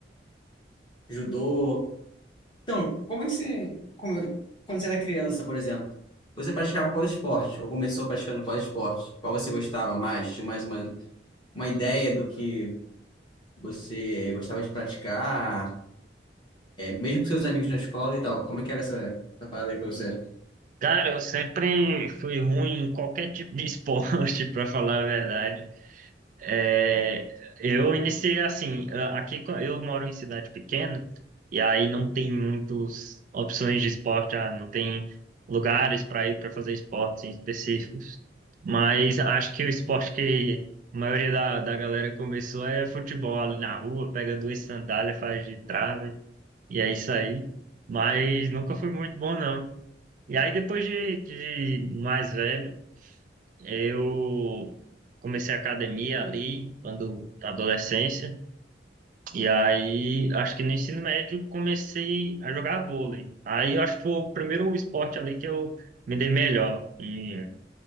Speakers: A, on the left; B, on the right.
A: judô. Então, como é que você. como- quando você era criança, por exemplo, você praticava qual esporte? Ou começou praticando qual esporte? Qual você gostava mais? Tinha mais uma, uma ideia do que você gostava de praticar? Mesmo com seus amigos na escola e tal, como é que era essa, essa parada aí pra você?
B: Cara, eu sempre fui ruim em qualquer tipo de esporte, <laughs> pra falar a verdade. É, eu iniciei assim, a- aqui co- eu moro em cidade pequena e aí não tem muitas opções de esporte, ah, não tem lugares para ir para fazer esportes em específicos. Mas acho que o esporte que a maioria da, da galera começou é futebol ali na rua, pega duas sandálias, faz de trave e é isso aí. Mas nunca foi muito bom não. E aí depois de, de mais velho eu comecei a academia ali, quando na adolescência, e aí acho que no ensino médio comecei a jogar vôlei. Aí eu acho que foi o primeiro esporte ali que eu me dei melhor. E,